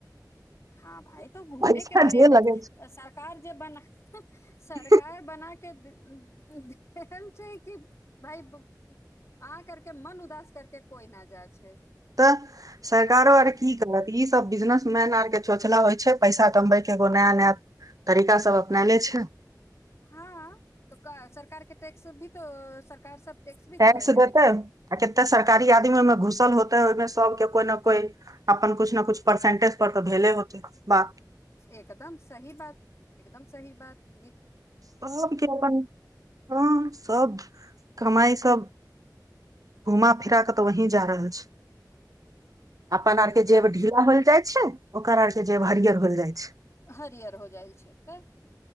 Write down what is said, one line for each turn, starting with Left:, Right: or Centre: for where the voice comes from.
Left: हँ भाइ तऽ घूमे
Right: पैसा
Left: के पर्यटक
Right: जे लगै
Left: सरकार जे बना सरकार
Right: छै
Left: बना के देन छै कि भाय आ करके मन उदास करके कोई न जाय छै
Right: तऽ सरकारो
Left: सब
Right: आर की करत ई सब बिजनेस मैन आर के चोचला होय छै पैसा कमबै के नया नया तरीका सब अपनैने छै <unintelligible>
Left: हँ तऽ सरकार के टैक्स भी तो सरकार सब भी
Right: टैक्स
Left: तो लेबे
Right: देतै
Left: छै
Right: आ कते सरकारी आदमी ओहिमे घुसल होतेै ओहिमे सब के कोइ न कोई अपन कुछु ने कुछु परसेंटेज पर तऽ भेले होतै बाह
Left: एकदम सही बात एकदम सही बात निक
Right: सबके अपन हँ सब कमाइ सब घुमा फिरा कऽ तऽ वही जा रहल छै अपन आरके
Left: नीक बात
Right: जेब ढीला
Left: छै
Right: होइल जाइ छै। ओकर आर के जेब हरियर होइल जाय छै।
Left: हरियर हो जाइ छै तऽ